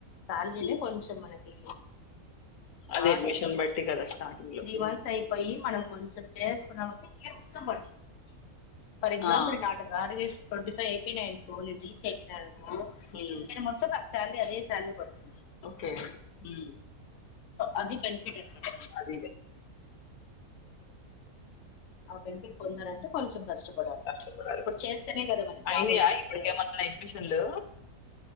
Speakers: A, on the left; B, on the left.
A: శాలరీనే
B: హ్మ్.
A: కొంచెం మనకి స్ార్ంగ్
B: అదే అడ్మిషన్
A: లో
B: బట్టి కదా స్టార్టింగ్‌లో. హ్మ్.
A: వన్స్ అయిపోయి మనం కొంచెం చేసుకున్నామంటేష్టం పడు ఫార్ ఎక్జాంపుల్
B: ఆ!
A: ఈ నాటుకుడుగ twenty five IP nine రీచ్ఐపీ nine
B: హ్మ్.
A: నేను మొత్తం ఒక సాలరీ అదే సాలరీ పడుతున్నా
B: ఓకే ఉ
A: అది బెనిఫిట్ అ
B: అది
A: ఆ బెనిఫిట్ పొందాలంటే కొంచెం కష్టం డి
B: కష్టపడాలి.
A: ఇప్పుడు చేస్తేనే కదా మనకి
B: అయినాయా
A: మామూలుగా అైతే
B: ఇప్పటికేమన్నా అడ్మిషన్‌లు?